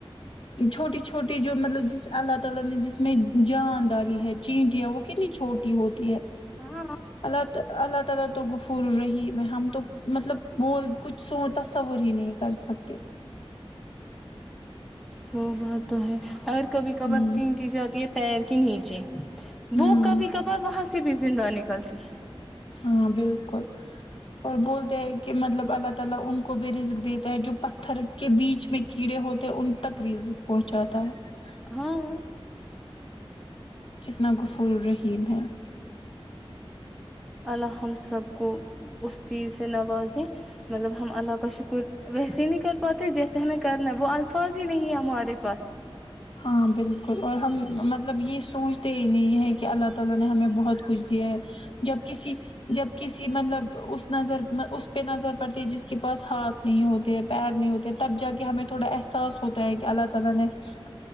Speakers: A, on the left; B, in the centre.
A: چھوٹی چھوٹی جو مطلب اللہ تعالی نے جس میں جان ڈالی ہے چینٹ یا وہ کتنی چھوٹی ہوتی ہے
B: ہاں
A: اللہ تعالی تو گفور رہی میں ہم تو مطلب بول کچھ سو تصور ہی نہیں کر سکتے
B: وہ بہت تو ہے اگر کبھی کبار
A: ہوں
B: چین چیز جاتی ہے پیر کے نیچے
A: ہوں
B: وہ کبھی کبار وہاں سے سے بزندہ نکلتی ہے <unintelligible>
A: ہاں بالکل اور بولتے ہیں کہ مطلب اللہ <unintelligible> مطلب ان کو بھی رسک دیتا ہے جو <unintelligible> پتھر کے بیچ میں کیڑے ہوتے ہیں ان تک ریزک پہنچاتا ہے <unintelligible>
B: ہاں ہاں <unintelligible>
A: کتنا گف الرحیم ہے <unintelligible>
B: ال ہم سب کو اس <unintelligible> چیز سے نوازیں مطلب ہم اللہ کا شکر ویسے ہی نہیں کر پاتے جیسے ہمیں کرنا ہے وہ الفاظ ہی نہیں ہے ہمارے پاس <unintelligible>
A: ہاں بالکل اور ہم مطلب یہ <unintelligible> پہنچتے ہی نہیں ہے کہ اللہ تعالی نے ہمیں بہت کچھ دیا ہے جب کسی جب کسی مطلب اس نظر اس پہ نظر پڑتی ہے جس <unintelligible> اس کے پاس ہاتھ نہیں ہوتے پیر <unintelligible> نہیں ہوتے تب جا کے ہمیں تھوڑا احساس ہوتا ہے کہ اللہ تعالی نے <unintelligible>